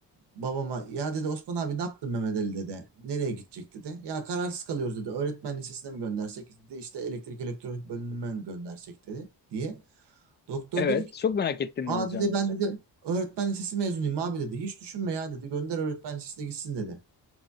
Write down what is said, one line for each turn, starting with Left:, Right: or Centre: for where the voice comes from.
Right: babama ya dedi Osman abi ne yaptın Mehmet Ali dedi. Nereye gidecek dedi. Ya kararsız kalıyoruz dedi. Öğretmen lisesine mi göndersek dedi. İşte elektrik elektronik bölümüne mi göndersek dedi diye. Doktor
Left: Evet.
Right: dedi ki
Left: Çok merak ettin
Right: Aa
Left: ne olacağını.
Right: dedi ben dedi öğretmen lisesi mezunuyum abi dedi. Hiç düşünme ya dedi. Gönder öğretmen lisesine gitsin dedi.